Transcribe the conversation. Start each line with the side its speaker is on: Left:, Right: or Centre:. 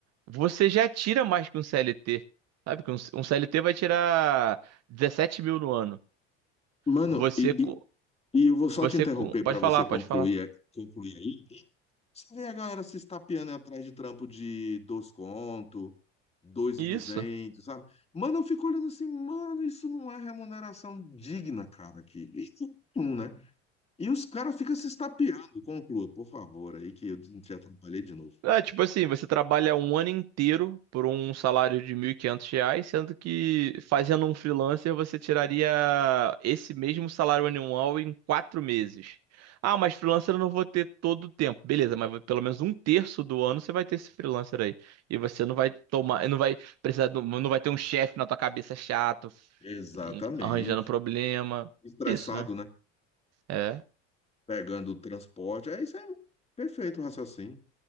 Right: você já tira mais que um CLT. Sabe que um, um CLT vai tirar 17 mil no ano.
Left: Mano,
Right: Você,
Left: e,
Right: com,
Left: E eu vou só
Right: você
Left: te interromper
Right: com, pode
Left: para
Right: falar,
Left: você concluir,
Right: pode falar.
Left: é, concluir aí. Você vê a galera se estapeando atrás de trampo de dois conto, dois
Right: Isso.
Left: e duzentos, sabe? Mano, eu fico olhando assim, mano, isso não é remuneração digna, cara, aqui. Nenhum, né? E os caras ficam se estapeando. Conclua, por favor, aí que eu te atrapalhei de novo.
Right: É, tipo assim, você trabalha um ano inteiro por um salário de 1.500 reais, sendo que fazendo um freelancer você tiraria esse mesmo salário anual em quatro meses. Ah, mas freelancer eu não vou ter todo o tempo. Beleza, mas pelo menos um terço do ano você vai ter esse freelancer aí. E você não vai tomar, não vai precisar, do- não vai ter um chefe na tua cabeça chato,
Left: Exatamente.
Right: arranjando problema.
Left: Estressado,
Right: Isso, né?
Left: né?
Right: É.
Left: Pegando o transporte. É isso aí. Perfeito o raciocínio.